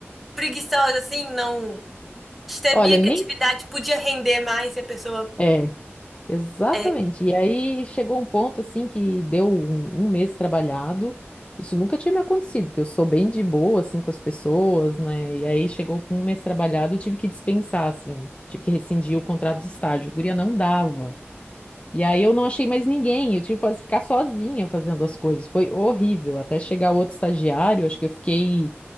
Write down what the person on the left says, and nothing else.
Olha, nem.
É, exatamente.
E aí chegou um ponto assim que deu um, um mês trabalhado. Isso nunca tinha me acontecido, porque eu sou bem de boa assim com as pessoas, né? E aí chegou com um mês trabalhado, eu tive que dispensar assim, tive que rescindir o contrato de estágio. Guria não dava. E aí eu não achei mais ninguém, eu tive que faz- ficar sozinha fazendo as coisas. Foi horrível. Até chegar outro estagiário, acho que eu fiquei,